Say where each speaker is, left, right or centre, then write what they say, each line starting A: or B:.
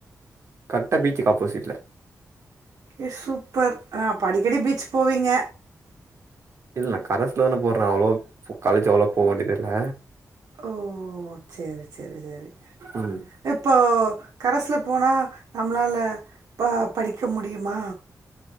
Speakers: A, on the right; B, on the right.
A: கரட்ட பீச்சிக்கு ஆப்போசிட்ல
B: ஏ சூப்பர் ஆ அப்ப அடிக்கடி பீச் போவீங்க
A: இல்ல நா கரஸ்ல தான போற அவ்ளோவா காலேஜ் அவ்ளோவா போ வேண்டியது இல்ல
B: ஓ சேரி சேரி சேரி
A: ம்.
B: இப்போ கரஸ்ல போனா நம்மளால ப படிக்க முடியுமா